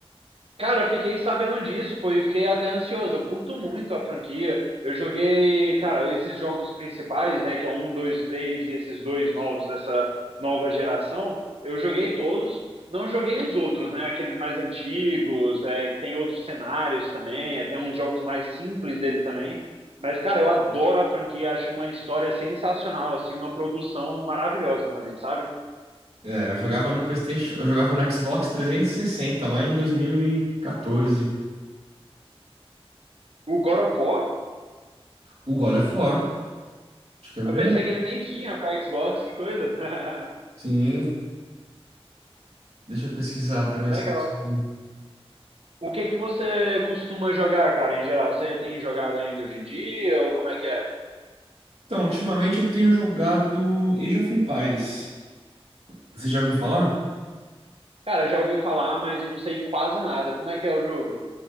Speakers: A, on the right (about 70°); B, on the right (about 85°).
A: Cara, eu fiquei sabendo disso, pô, e fiquei até ansioso. Eu curto muito a franquia. Eu joguei, cara, esses jogos principais, né, que é um, dois, três e esses dois novos dessa nova geração. Eu joguei todos, não joguei os outros, né, aqueles mais antigos, é, que tem outros cenários também, é, tem uns jogos mais simples dele também. Mas, cara, eu adoro a franquia, acho uma história sensacional, assim, uma produção maravilhosa também, sabe?
B: É, eu jogava no PlayStation... Eu jogava no Xbox 360, lá em 2014.
A: O God of War,
B: O God of War. Acho que quer
A: eu
B: ver?
A: pensei que ele nem tinha pra Xbox, que coisa. <laughs>
B: Sim, deixa eu pesquisar pra
A: Mas
B: ver
A: legal.
B: se eu consigo.
A: O que que você costuma jogar, cara, em geral? Você tem jogado ainda hoje em dia ou como é que é?
B: Então, ultimamente eu tenho jogado Age of Empires. Você já
A: Hum,
B: ouviu falar?
A: Cara, já ouvi falar, mas não sei quase nada. Como é que é o jogo?